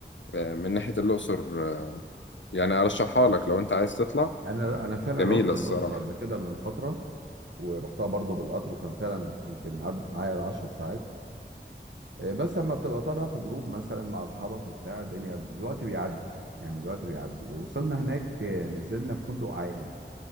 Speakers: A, on the left (about 80°); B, on the right (about 75°).
A: آه، من ناحية الأقصر آه، يعني أرشحها لك لو أنت عايز تطلع
B: انا انا فعلا
A: جميلة
B: رحت
A: الصراحة
B: الاقصر قبل كده من فتره ورحتها برضو بالقطر وكان فعلا يمكن عدت معايا 10 ساعات آه، بس لما بتبقى طالع في جروب مثلا مع اصحابك وبتاع الدنيا الوقت بيعدي يعني الوقت بيعدي وصلنا هناك آه، نزلنا في فندق عائم